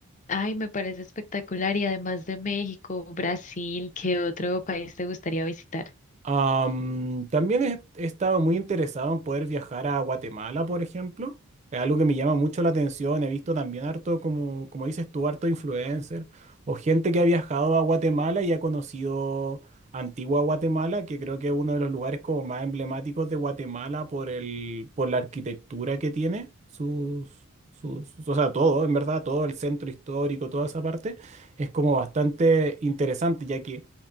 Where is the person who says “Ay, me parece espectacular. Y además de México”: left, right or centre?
Left